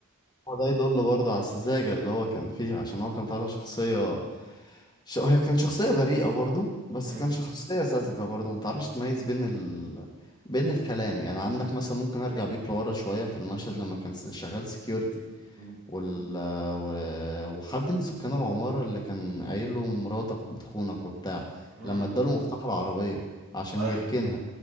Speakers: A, on the left; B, on the right.
A: وده يدل برضه على السذاجة اللي هو كان فيها عشان هو كان طالع شخصية ش... هي كان شخصية بريئة برضه بس
B: مم.
A: كان شخصية ساذجة برضه متعرفش تميز بين ال... بين الكلام يعني عندك مثلا ممكن ارجع بيك لورا شوية في المشهد لما كان س- شغال security
B: مم.
A: وال... و- وحد من سكان العمارة اللي كان قايل له مراتك بتخونك وبتاع
B: مم.
A: لما اداله مفتاح العربية عشان
B: ايوه
A: يركنها